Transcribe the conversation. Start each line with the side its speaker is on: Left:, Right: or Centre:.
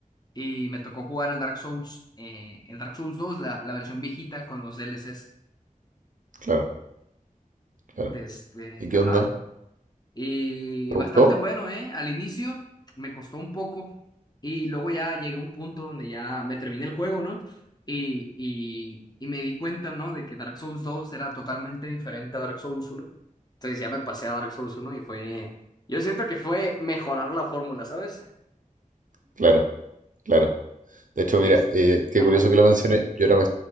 Left: y me tocó jugar el Dark Souls, eh, el Dark Souls 2, la, la versión viejita con los DLCs
Right: Claro, claro.
Left: de este,
Right: ¿Y qué
Left: ajá.
Right: onda?
Left: Y
Right: ¿Te
Left: bastante
Right: gustó?
Left: bueno, ¿eh? Al inicio me costó un poco y luego ya llegué a un punto donde ya me terminé el juego, ¿no? Y, y, y me di cuenta, ¿no? De que Dark Souls dos era totalmente diferente a Dark Souls uno Entonces ya me pasé a Dark Souls uno y fue... Yo siento que fue mejorar la fórmula, ¿sabes?
Right: Claro, claro. De hecho,
Left: Des-
Right: mira, eh, qué
Left: Ajá,
Right: curioso que lo mencioné. Yo ahora me,